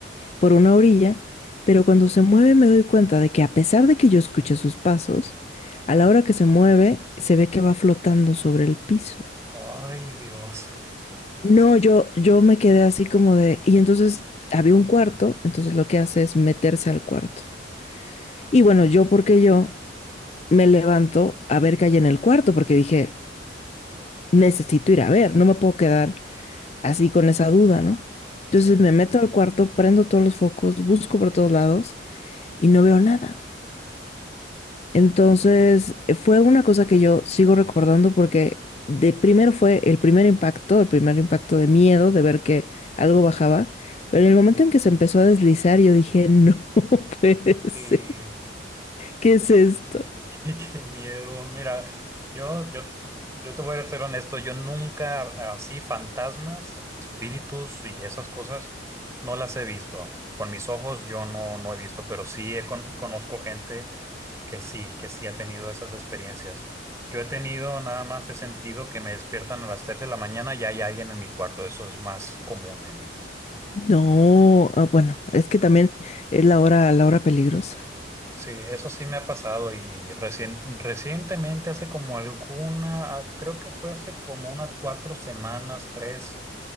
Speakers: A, on the left; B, on the right.
A: por una orilla, pero cuando se mueve me doy cuenta de que a pesar de que yo escuché sus pasos, a la hora que se mueve se ve que va flotando sobre el piso.
B: Ay, Dios.
A: No, yo, yo me quedé así como de... Y entonces había un cuarto, entonces lo que hace es meterse al cuarto. Y bueno, yo porque yo me levanto a ver qué hay en el cuarto, porque dije, necesito ir a ver, no me puedo quedar así con esa duda, ¿no? Entonces
B: Sí,
A: me meto al cuarto, prendo todos los focos, busco por todos lados y no veo nada. Entonces eh, fue una cosa que yo sigo recordando porque de primero fue el primer impacto, el primer impacto de miedo
B: sí,
A: de ver que algo bajaba, pero en el momento en que se empezó a deslizar yo dije, no <laughs> puede
B: sí.
A: ser, ¿qué es esto?
B: <laughs> Qué, qué miedo. Mira, yo, yo, yo te voy a ser honesto. Yo nunca así fantasmas, espíritus y esas cosas no las he visto. Con mis ojos yo no, no he visto, pero sí he con- conozco gente que sí, que sí ha tenido esas experiencias. Yo he tenido nada más he sentido que me despiertan a las 3 de la mañana y hay alguien en mi cuarto. Eso es más común en mí.
A: No, ah, bueno, es que también es la hora, la hora peligrosa.
B: Sí, eso sí me ha pasado y recien- recientemente, hace como alguna, ah, creo que fue hace como unas cuatro semanas, tres,